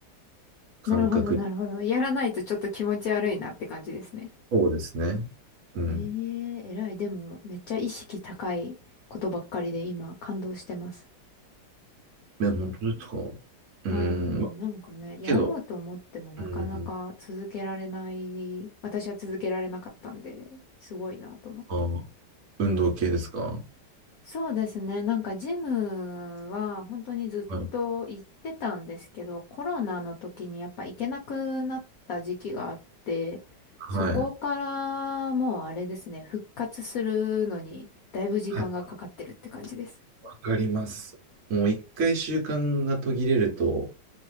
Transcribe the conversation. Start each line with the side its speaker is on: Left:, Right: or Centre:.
Right: 感覚。
Left: なるほど、なるほど。やらないとちょっと気持ち悪いなって感じですね。
Right: そうですね。うん。
Left: ええ偉い。でも、めっちゃ意識高いことばっかりで今、感動してます。
Right: え、本当ですかうーん。
Left: はい、ななんかね、
Right: ま
Left: やろうと思ってもなかなか続けられない、
Right: けど、うん。
Left: 私は続けられなかったんで、すごいなと思って。
Right: あ、運動系ですか
Left: そうですね、なんかジムは本当にずっと行ってたんですけど、
Right: はい。
Left: コロナの時にやっぱ行けなくなった時期があって、そこからもうあれですね、
Right: はい。
Left: 復活するのにだいぶ時間がかかってるって感じです。
Right: はいわかります。もう一回習慣が途切れると、